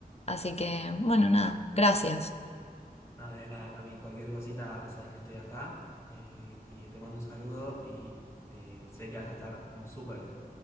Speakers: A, on the left; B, on the left.
A: Así que, bueno, nada, gracias.
B: Nada de nada, Cami, cualquier cosita, sabes que estoy acá, eh, y te mando un saludo y eh, sé que vas a estar súper bien.